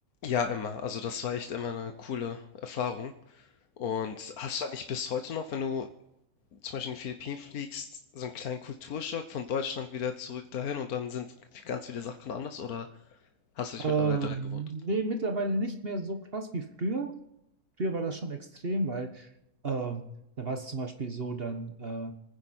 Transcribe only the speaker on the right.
Ähm,
nee, mittlerweile nicht mehr so krass wie früher. früher war das schon extrem, weil ähm, da war es zum Beispiel so, dann äh,